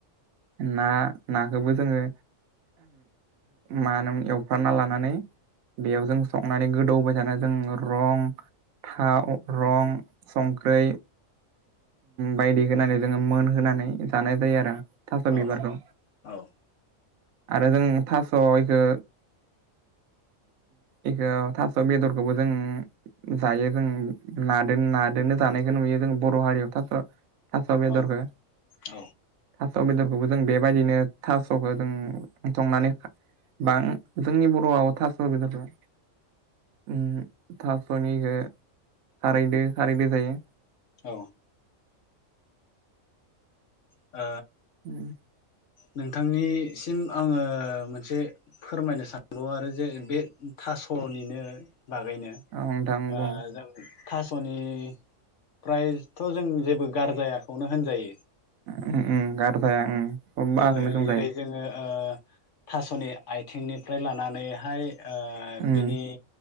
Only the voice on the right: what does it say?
ना नाखौबो जोंङो मा होनो एवफ्रना लानानै बेयाव जों संनानै गोदौबाय जानो जों रं थाव रं संख्रै बायदि होनानै जोंङो मोनहोनानै जानाय जायो आरो। थास'
बिबारखौ
आरो जों थास' इखौ इखौ थास' स' बेदरखौबो जों जायो जों नादोन नादोनो जानायखौ नुयो जों बर' हारियावथाथ' थास' बेदरखो
थास' बेदरखोबो जों बेबायदिनो थास' थासखो जों संनानै बां जोंनि बर'आव थास' बेदर ओम थासनिखो खारैदो खारैदो जायो।
<inaudible>
औ नोंथां
बुं
उम उम गारजाया। सब बाहागोनो
जों
जायो
उम